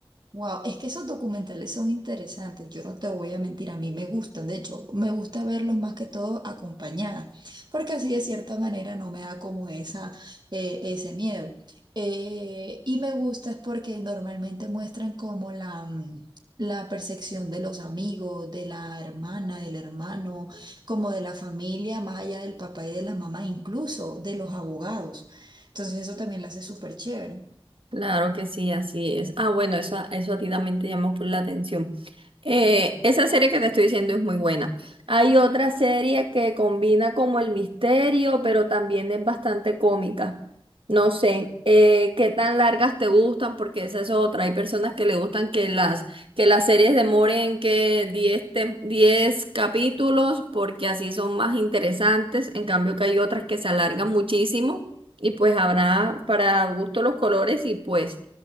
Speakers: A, on the right; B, on the right.
A: Wow, es que esos documentales son interesantes, yo no te voy a mentir, a mí me gustan, de hecho, me gusta verlos más que todo acompañada, porque así de cierta manera no me da como esa, eh, ese miedo. Eh, y me gusta es porque normalmente muestran como la, mm, la percepción de los amigos, de la hermana, del hermano, como de la familia, más allá del papá y de la mamá, incluso de los abogados. Entonces eso también lo hace súper chévere.
B: Claro que sí, así es. Ah, bueno, eso, eso a ti también te llamó por la atención. Eh, esa serie que te estoy diciendo es muy buena. Hay otra serie que combina como el misterio, pero también es bastante cómica. No sé, eh, qué tan largas te gustan, porque esa es otra. Hay personas que le gustan que las, que las series demoren que diez tem- 10 capítulos, porque así son más interesantes. En cambio que hay otras que se alargan muchísimo y pues habrá para gusto los colores y pues